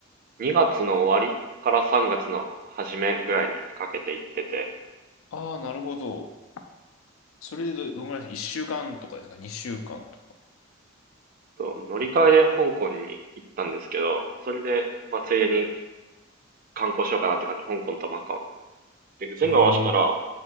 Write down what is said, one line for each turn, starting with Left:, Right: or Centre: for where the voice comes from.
Right: 2月の終わりから3月の初めぐらいにかけて行ってて、
Left: ああー、なるほど。それでど、どのぐらいです ?1 週間とかですか ?2 週間とか。
Right: と乗り換えで香港に行ったんですけど、それで、まあ、ついでに観光しようかなって感じ、香港とマカオ。で、全部合わせたら
Left: ええ。